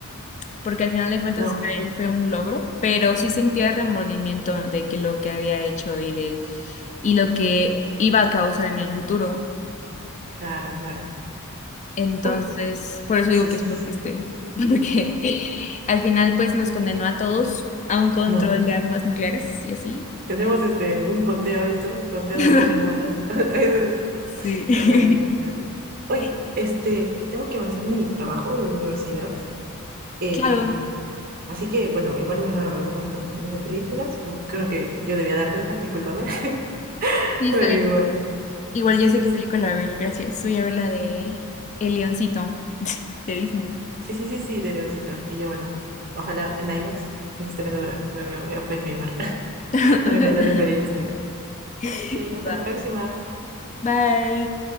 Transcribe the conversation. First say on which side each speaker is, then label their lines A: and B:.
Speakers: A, on the left; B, on the right.
A: porque al final de cuentas
B: No,
A: para él fue un logro, pero sí sentía remordimiento de que lo que había hecho y de, y lo que iba a causar en el futuro.
B: claro, claro.
A: Entonces,
B: Uy,
A: por eso
B: sí,
A: digo que
B: sí,
A: es muy
B: sí,
A: triste,
B: sí.
A: <laughs> porque al final pues nos condenó a todos a un control
B: No.
A: de armas nucleares y así.
B: Tenemos este, un conteo, ¿visto? Un conteo
A: <laughs>
B: del fin del mundo. <laughs> Eso es,
A: Sí.
B: imagínate. Uy,
A: <laughs>
B: este, tengo que avanzar mi trabajo de universidad. Eh,
A: Claro,
B: Así que, bueno, igual me has dado algunas recomendaciones de películas. Bueno, creo que yo debía dártelas, discúlpame, <laughs>
A: sí,
B: pero
A: está bien.
B: igual.
A: Igual
B: Sí,
A: ya sé
B: sí,
A: qué
B: sí,
A: película ver, gracias. Voy a ver la de El Leoncito de Disney.
B: sí, sí, sí, sí, de Leoncito. Y yo, bueno, ojalá en IMAX, que se estrene otra vez, me veo Oppenheimer, <laughs>
A: <laughs>
B: también perder la experiencia.
A: Ojalá.
B: Ok, hasta la próxima.
A: Va. Bye.